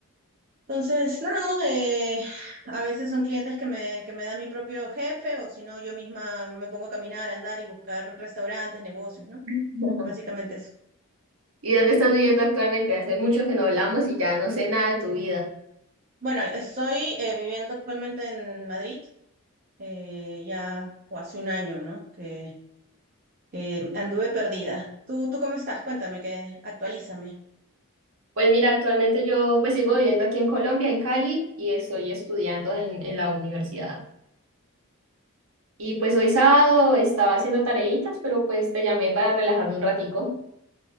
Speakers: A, on the right; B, on the right.
A: Entonces, nada, eh, a veces son clientes que me, que me da mi propio jefe o si no, yo misma me pongo a caminar, a andar y buscar restaurantes, negocios, ¿no?
B: <laughs>
A: Básicamente eso.
B: ¿Y dónde estás viviendo actualmente? Hace mucho que no hablamos y ya no sé nada de tu vida.
A: Bueno, estoy eh, viviendo actualmente en Madrid, eh, ya o hace un año, ¿no? Que, que anduve perdida. ¿Tú, tú cómo estás? Cuéntame, que actualízame.
B: Pues mira, actualmente yo pues sigo viviendo aquí en Colombia, en Cali, y estoy estudiando en, en la universidad. Y pues hoy sábado estaba haciendo tareitas, pero pues te llamé para relajarme un ratico.